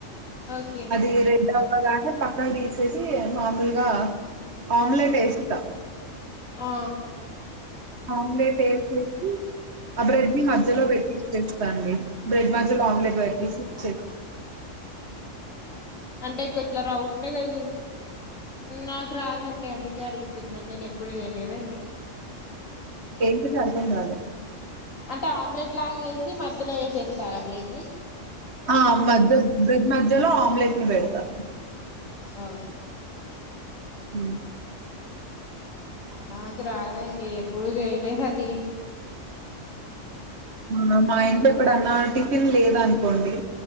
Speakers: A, on the left; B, on the right.
A: ఓకే
B: అది రెడ్డ అవ్వగానే పక్కన తీసేసి మామూలుగా ఆమ్లెట్ వేస్తా
A: ఆ
B: ఆమ్లెట్ వేసేసి ఆ బ్రెడ్ ని మధ్యలో వెప్పస్స్తాండి బ్రెడ్ మధ్యలో ఆమ్లెట్ వెటిసిస్తా
A: అంటే ఇక్కట్లా రావుండే కది నాకు రాదండి అందుకే అడుగుతున్నాను నేను ఎప్పుడు తెలేదండి
B: ఇ అడకుంటాల
A: అంటే ఆమ్లెట్ లాగ వేసి మధ్యలో వేసేస్తారా బ్రెడ్ ని
B: ఆ మధ్య బ్రెడ్ మధ్యలో ఆమ్లెట్ ని పెడతా
A: ఆ
B: హ
A: నాకు రాదండి ఎప్పుడు చేయలేదు అది
B: వు మా ఇంట్లో ఎప్పుడన్నా టిఫిన్ లేద అనుకోండి